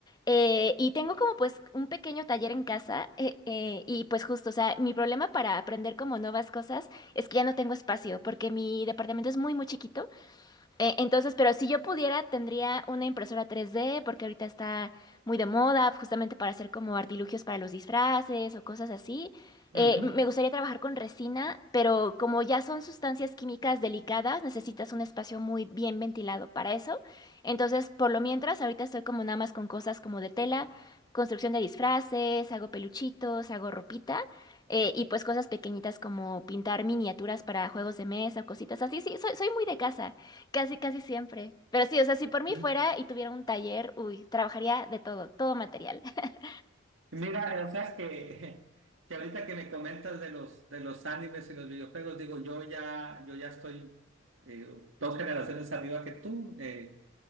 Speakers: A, on the left; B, on the right.
A: Eh, y tengo como pues un pequeño taller en casa eh, eh, y pues justo, o sea, mi problema para aprender como nuevas cosas es que ya no tengo espacio porque mi departamento es muy muy chiquito. Eh, entonces, pero si yo pudiera, tendría una impresora 3D, porque ahorita está muy de moda, justamente para hacer como artilugios para los disfraces o cosas así. Eh,
B: Ujú.
A: m- me gustaría trabajar con resina, pero como ya son sustancias químicas delicadas, necesitas un espacio muy bien ventilado para eso. Entonces, por lo mientras, ahorita estoy como nada más con cosas como de tela, construcción de disfraces, hago peluchitos, hago ropita. eh, y pues cosas pequeñitas como pintar miniaturas para juegos de mesa o cositas así. Sí, soy, soy muy de casa. Casi, casi siempre. Pero sí, o sea, si por mí
B: M-
A: fuera y tuviera un taller, uy, trabajaría de todo, todo material. <laughs>
B: Mira, o sea que, que ahorita que me comentas de los, de los animes y los videojuegos, digo, yo ya, yo ya estoy eh, dos generaciones arriba que tú. eh,